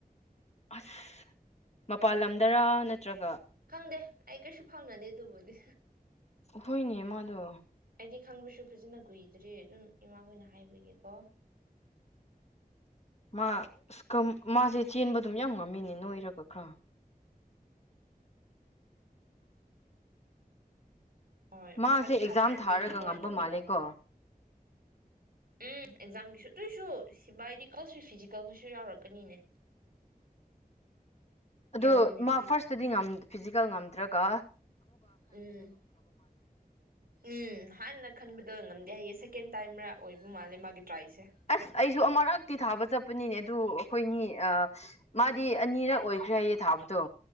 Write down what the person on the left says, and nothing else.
ꯑꯁ ꯃꯄꯥꯟ ꯂꯝꯗꯔ ꯅꯠꯇ꯭ꯔꯒ
ꯍꯣꯏꯅꯤ ꯃꯥꯗ
ꯃꯥ ꯃꯥꯁꯦ ꯆꯦꯟꯕ ꯑꯗꯨꯝ ꯌꯥꯝ ꯉꯝꯃꯤꯅꯦ ꯅꯣꯏꯔꯒ ꯈꯔ
ꯃꯥꯁꯦ
ꯑꯦꯛꯖꯥꯝ
ꯊꯥꯔꯒ
ꯉꯝꯕ
ꯃꯥꯜꯂꯦ
ꯀꯣ
ꯑꯗꯣ
ꯃꯥ
ꯐꯥꯔꯁꯇꯗꯤ ꯐꯤꯖꯤꯀꯦꯜ ꯉꯝꯗ꯭ꯔꯥ ꯀꯥ
ꯑꯁ ꯑꯩꯁꯨ ꯑꯃꯔꯥꯛꯇꯤ ꯊꯥꯕ ꯆꯠꯄ ꯆꯄꯅꯤꯅꯦ ꯑꯗꯨ ꯑꯩꯈꯣꯏꯅꯤ ꯃꯥꯗꯤ ꯑꯅꯤꯔꯛ ꯑꯣꯏꯈ꯭ꯔꯦ ꯍꯥꯏꯌꯦ ꯊꯥꯕꯗꯣ